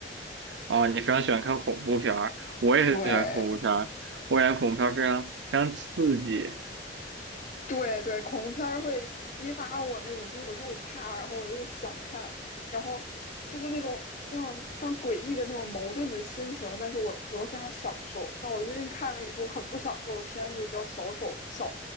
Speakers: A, on the right; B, on the left.
A: 哦，你非常喜欢看恐怖片儿，我也很喜欢看恐怖片儿，
B: 对，
A: 我感觉恐怖片儿非常非常刺激。
B: 对对，恐怖片儿会激发我那种，就是我又怕，然后我又想看，然后就是那种那种非常诡异的那种矛盾的心情，但是我我又非常享受。但我最近看了一部很不享受的片子，叫《小丑小》，